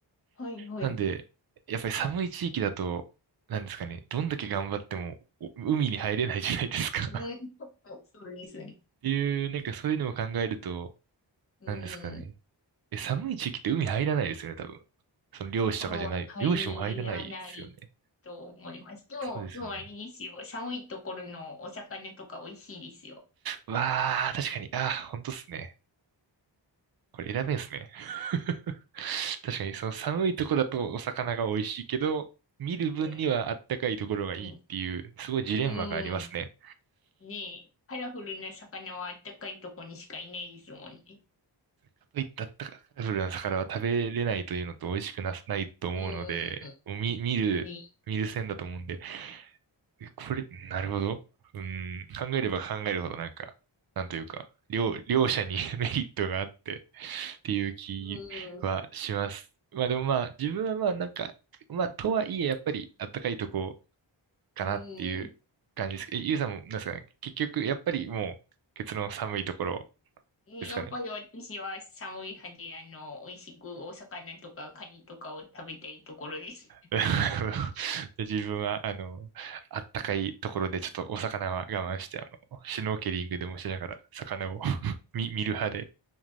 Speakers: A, on the left; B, on the right.
A: はいはい。
B: なんで、やっぱり寒い地域だと、なんですかね、どんだけ頑張ってもお海に入れないじゃないですか。
A: うん、そうですね。
B: っていう、なんかそういうのを考えると、
A: うん。
B: なんですかね。え、寒い地域って海入らないですよね、多分。その漁師とかじゃない、
A: もう入らない
B: 漁師も入らないですよね。
A: と思います。でも、
B: そうですよね。
A: でもあれですよ。寒いところのお魚とか美味しいですよ。
B: うわあ、確かに、あー、本当っすね。これ選べんすね。<laughs> 確かに、その寒いとこだとお魚が美味しいけど、見る分にはあったかいところがいいっていう、
A: うん、うん、
B: すごいジレンマがありますね。
A: うん。ねえ、カラフルな魚はあったかいとこにしかいないですもんね。
B: かといってあったかカラフルな魚は食べれないというのと美味しくな、ないと思うので、
A: う
B: もう見、見る、
A: ん、ねえ。
B: 見る線だと思うんで、えこれ、なるほど。うん、考えれば考えるほどなんか、なんというか、両、両者に <laughs> メリットがあってっていう気はします。
A: うん、うん。
B: まあでもまあ、自分はまあなんか、まあとはいえやっぱりあったかいとこかなっていう感じです。
A: うん
B: え、ゆうさんもなんですかね、結局やっぱりもう、ケツの寒いところ
A: やっぱり私は寒い派で、
B: ですかね。
A: あの、美味しくお魚とかカニとかを食べたいところです。
B: <laughs> で自分は、あの、あったかいところでちょっとお魚は我慢して、あの、シュノーケリングでもしながら魚を <laughs> 見、見る派で。